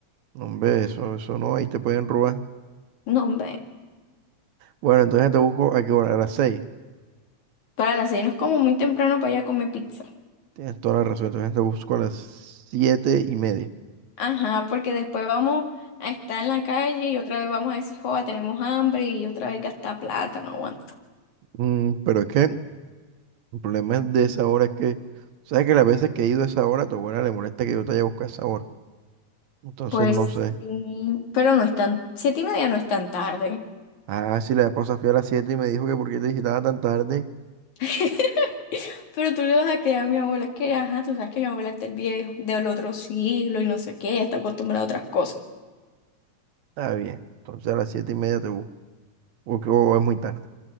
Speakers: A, on the right (about 70°); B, on the left (about 70°).
A: No, Hombre, eso, eso no, ahí te pueden robar.
B: No, hombre.
A: Bueno, entonces te busco a qué hora, a las 6.
B: Para las seis no es como muy temprano para allá a comer pizza.
A: Tienes toda la razón, entonces te busco a las siete y media.
B: Ajá, porque después vamos a estar en la calle y otra vez vamos a decir, joda, tenemos hambre y otra vez gastar plata, no aguanto.
A: Mm, pero es que el problema de esa hora es que, sabes que las veces que he ido a esa hora, a tu abuela le molesta que yo te haya buscado a esa hora. Entonces
B: Pues
A: no sé.
B: sí, pero no es tan, siete y media no es tan tarde.
A: Ah, si la esposa fui a las siete y me dijo que por qué te visitaba tan tarde,
B: <laughs> Pero tú le vas a creer a mi abuela, es que, ajá, tú sabes que mi abuela es del viejo, del otro siglo y no sé qué, está acostumbrada a otras cosas.
A: está bien. Entonces a las 7 y media te busco. Porque o es muy tarde.